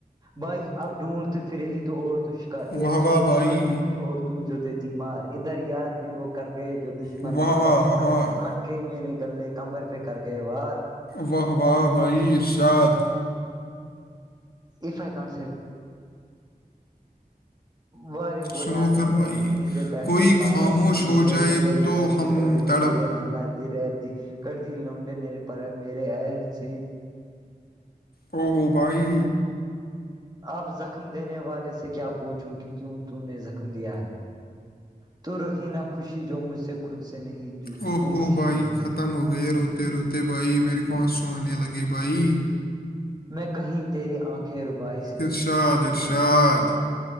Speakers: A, on the right; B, on the left.
A: بھائی اب ڈھونڈ تو پھرے گی تو اور تو شکار ایک
B: واہ
A: سوچ
B: واہ بھائی
A: مارتی تھی اور تو تو جو دیتی مار ادھر یار بھی وہ کر گئے جو دشمن
B: واہ
A: نہ
B: واہ
A: کر
B: واہ
A: سکا
B: واہ
A: کہ میرے گلے کمبر پہ کر گئے وار
B: واہ واباب ارشاد
A: ایف کان وارے گوولیا
B: سنو
A: تھ
B: پھر
A: م
B: بھائی
A: کمییز د بیٹھتےے
B: کوئی
A: سارےمییز
B: خاموش ہو
A: رہے
B: جائے
A: تھ تیرے
B: تو
A: جڑ
B: ہم
A: کر دییو
B: تڑپ
A: سالے ون نب ریب کٹتی لانڈے نرے پر میر آ س
B: او ہوو بھائی
A: آپ زخم دینے والے سے کیا پوچھوں گ کیوں تو نے زخم دیا ہے تو رہی نہ خوشی جو مجھ سے خود سے نہیں
B: اوہ
A: ہوں
B: اوہ
A: خوشی
B: بھائی
A: میں بھی
B: ختم ہو گئے روتے روتے بھائی میرے کو آنس سونے لگے بھائی
A: میں کہیں تیری آنکھیں روبعش
B: ارشاد ارشاد